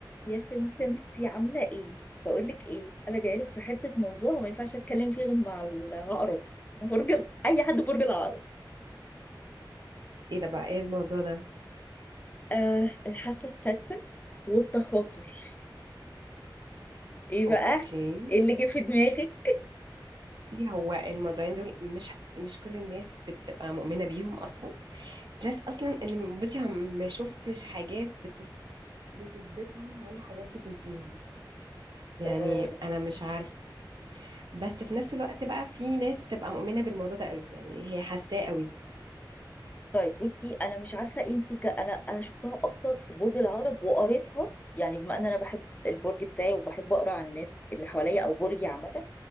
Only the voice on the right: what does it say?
ايه ده بقى ايه الموضوع ده
اوكي
بصي هو الموضوعين دول مش مش كل الناس بتبقى مؤمنة بيهم اصلا بلس اصلا ان بصي هم ما شفتش حاجات بتس... بتثبتهم ولا حاجات بتنفيهم يعني
انا مش عارفه بس في نفس الوقت بقى في ناس بتبقى مؤمنة بالموضوع ده قوي يعني هي حاساه قوي